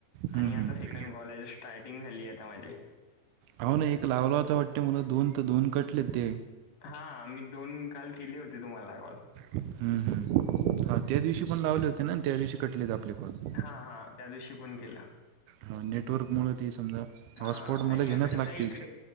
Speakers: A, on the right; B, on the left.
A: हम्म
B: आणि आता
A: हम्म
B: सेकंड कॉल, कॉलेज स्टार्टिंग झाली आहे आता माझे,
A: अह ना एक लावला होतां वाटते मला दोन तर दोन कटले ते,
B: हा मी दोन काल केले होते तुम्हाला कॉल
A: हम् हम् हा त्या दिवशी पण लावले होते ना त्या दिवशी कटलेत आपले कोण
B: हा हा त्या दिवशी पण केलं
A: हा नेटवर्क मु ती समजा
B: हा
A: हॉटस्पॉट मला
B: आणि
A: घेणंच
B: आता
A: लागते
B: कसं आहे इकडे